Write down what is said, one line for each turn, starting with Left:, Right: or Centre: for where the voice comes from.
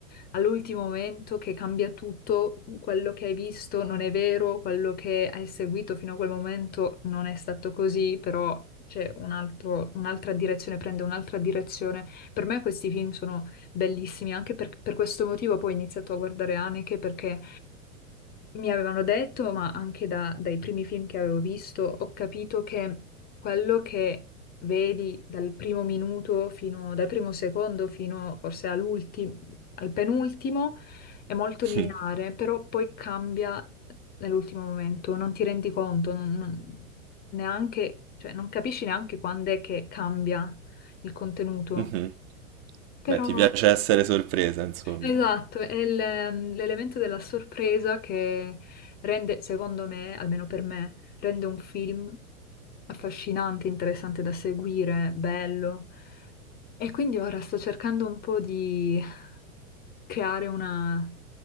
Left: all'ultimo momento che cambia tutto, quello che hai visto non è vero, quello che hai seguito fino a quel momento non è stato così, però c'è un altro- un'altra direzione, prende un'altra direzione. Per me questi film sono bellissimi, anche per, per questo motivo poi ho iniziato a guardare Haneke perché mi avevano detto, ma anche da- dai primi film che avevo visto, ho capito che quello che vedi dal primo minuto fino, dal primo secondo fino forse all'ultimo, al penultimo è molto
Right: <laughs>
Left: lineare, però poi cambia nell'ultimo momento, non ti rendi conto, non- non- neanche, cioè non capisci neanche quando è che cambia il contenuto,
Right: Mhm.
Left: però
Right: Beh, ti piace essere sorpresa, insomma.
Left: Esatto, è il- ehm, l'elemento della sorpresa che rende, secondo me, almeno per me, rende un film affascinante, interessante da seguire, bello. E quindi ora sto cercando un po' di creare una-